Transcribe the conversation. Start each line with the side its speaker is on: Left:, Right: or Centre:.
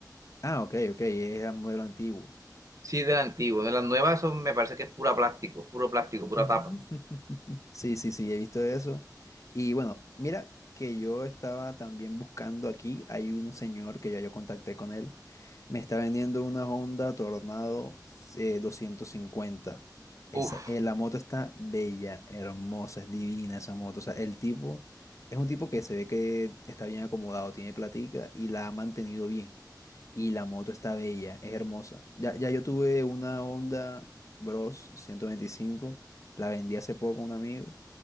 Left: Ah, ok, ok, es un modelo antiguo.
Right: Sí, de la antigua. De las nuevas son- me parece que es pura plástico, puro plástico, pura
Left: <laughs>
Right: tapa.
Left: Sí, sí, sí, he visto eso. Y bueno, mira que yo estaba también buscando aquí, hay un señor que ya yo contacté con él Me está vendiendo una Honda Tornado eh, 250. Esa,
Right: Uf,
Left: eh, la moto está bella, hermosa, es divina esa moto. O sea, el tipo es un tipo que se ve que está bien acomodado, tiene platica y la ha mantenido bien. Y la moto está bella, es hermosa. Ya, ya yo tuve una Honda Bros 125, la vendí hace poco a un amigo